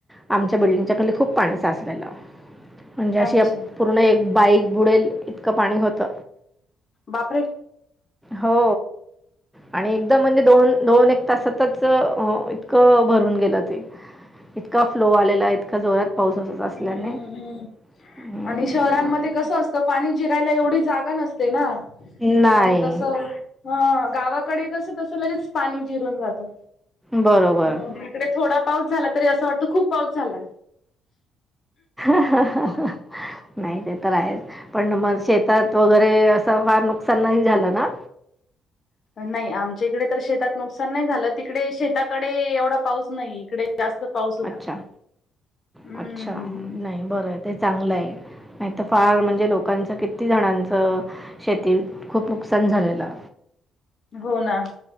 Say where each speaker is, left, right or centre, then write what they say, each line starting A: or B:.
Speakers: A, in the centre; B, on the left.
A: आमच्या बिल्डिंगच्या खाली खूप पाणी साचलेलं. म्हणजे अशी
B: अच्छा
A: पूर्ण एक बाईक बुडेल इतकं पाणी होत.
B: बापरे!
A: हो आणि एकदाम म्हणजे दोन दोन, एक तासातच इतकं भरून गेलं ते इतका फ्लो आलेला आहे इतका जोरात पाऊस असत असल्याने
B: हम्म्
A: हम्म,
B: आणि शहरांमध्ये
A: आणि
B: कसं असत. तर पाणी जिरायला एवढी जागा नसते ना
A: नाही
B: तर मग तसं हा गावाकडे कस तस लगेच पाणी जिरून जातं.
A: बरोबर
B: हा इकडे थोडा पाऊस झाला तरी असं वाटत खूप पाऊस झाला.
A: ह ह ह नाही ते तर आहेच, पण मग शेतात वगैरे असं फार नुकसान नाही झालं ना
B: नाही आमच्या इकडे तर शेतात नुकसान नाही झालं, तिकडे शेताकडे एवढा पाऊस नाही इकडे जास्त पाऊस होता.
A: अच्छा
B: हम्म
A: अच्छा. नाही बर आहे. ते चांगलं आहे. नाही तर फार म्हणजे लोकांच किती जणांचं शेतीत खूप नुकसान झालेलं.
B: हो ना!